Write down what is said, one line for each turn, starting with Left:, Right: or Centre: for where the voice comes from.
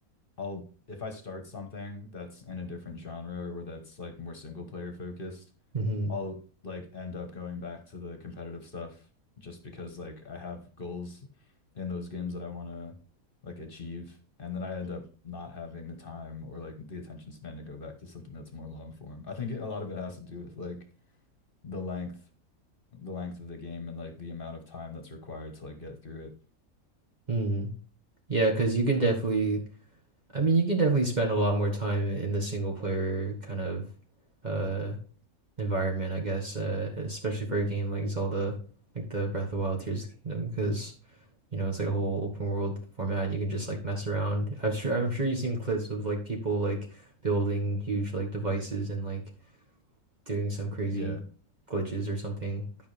Left: I'll if I start something that's in a different genre or that's like more single player focused,
Right: Mm-hmm.
Left: I'll like end up going back to the competitive stuff just because like I have goals in those games that I want to like achieve and then I end up not having the time or like the attention span to go back to something that's more long form. I think it, a lot of it has to do with like the length the length of the game and like the amount of time that's required to like get through it.
Right: Mm. Yeah, 'cause you can definitely I mean, you can definitely spend a lot more time in the single player kind of uh environment, I guess, uh, especially for a game like Zelda, like the Breath of the Wild, Tears of the Kingdom, because you know it's like a whole open world format. You can just like mess around. I'm sure I'm sure you've seen clips of like people like building huge like devices and like doing some crazy
Left: Yeah.
Right: glitches or something,